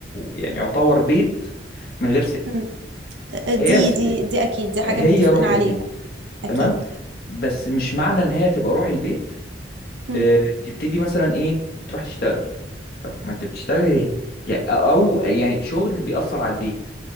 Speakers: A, on the left; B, on the right.
A: يعني يعتبر بيت من غير ست
B: مم. آه، دي
A: هي س-
B: دي دي اكيد دي
A: هي
B: حاجة متفقين
A: روح
B: عليها
A: البيت
B: اكيد
A: تمام بس مش معنى ان هي تبقى روح البيت
B: مم.
A: آه، تبتدي مثلا ايه تروح تشتغل طب ما انت بتشتغل ليه يعني او أو يعني شغل بيأثر على البيت